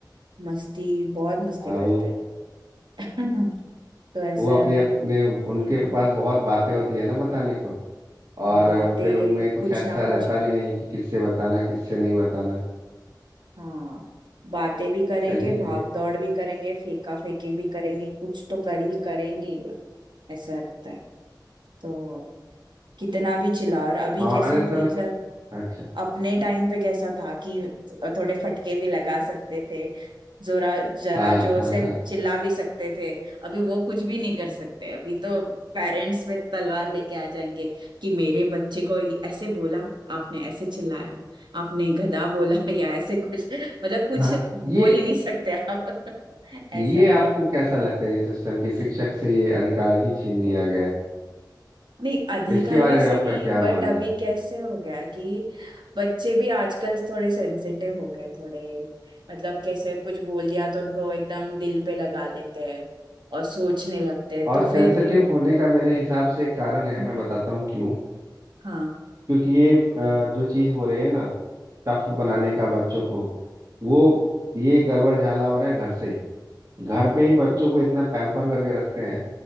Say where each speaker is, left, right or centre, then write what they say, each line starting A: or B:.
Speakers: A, on the right; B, on the right.
A: मस्ती बहुत मस्ती
B: हाँ
A: करते
B: वो
A: हैं <laughs> तो ऐसा
B: वो अपने अपने उनके
A: हाँ,
B: पास बहुत बातें होती है ना बताने को और
A: बातें
B: अ, फिर उनमें कुछ
A: कुछ
B: ऐसा
A: ना
B: रहता
A: कुछ
B: भी नहीं है कि किससे बताना किससे नहीं बताना
A: हाँ बातें भी करेंगे
B: सही है
A: भाग
B: ये
A: दौड़ भी करेंगे फेंका फेंकी भी करेंगे कुछ तो कर ही करेंगे ही वो ऐसा लगता है तो कितना भी चिल्ला और अभी
B: हमारे
A: कैसे
B: तरफ
A: टीचर
B: अच्छा
A: अपने टाइम पे कैसा था कि थोड़े फटके भी लगा सकते थे जोरा जरा
B: हाँ
A: जोर
B: हाँ
A: से
B: हाँ
A: चिल्ला भी सकते थे अभी वो कुछ भी नहीं कर सकते अभी तो पेरेंट्स में तलवार लेके आ जाएंगे कि मेरे बच्चे को ऐसे बोला आपने ऐसे चिल्लाया आपने गधा बोला <laughs> या ऐसे कुछ मतलब कुछ
B: हाँ
A: बोल
B: ये
A: ही नहीं सकते आप <laughs> ऐसा
B: ये आपको
A: है
B: कैसा लगता है ये सिस्टम कि शिक्षक से ये अधिकार ही छीन लिया गया है
A: नहीं अधिकार
B: इसके बारे
A: ऐसे
B: में आपका
A: नहीं
B: क्या
A: बट
B: मानना
A: अभी
B: है
A: कैसे हो गया कि बच्चे भी आजकल थोड़े सेंसिटिव हो गए थोड़े मतलब कैसे कुछ बोल दिया तो उनको एकदम दिल पे लगा लेते हैं और सोचने लगते हैं तो
B: और सेंसिटिव
A: फिर
B: होने का मेरे हिसाब से कारण है
A: हम्म,
B: मैं बताता हूँ क्यों
A: हाँ
B: क्योंकि ये अ, जो चीज़ हो रही है ना टफ बनाने का बच्चों को वो ये गड़बड़ झाला हो रहा है घर से ही घर पे ही बच्चों
A: हम्म,
B: को इतना पैम्पर करके रखते हैं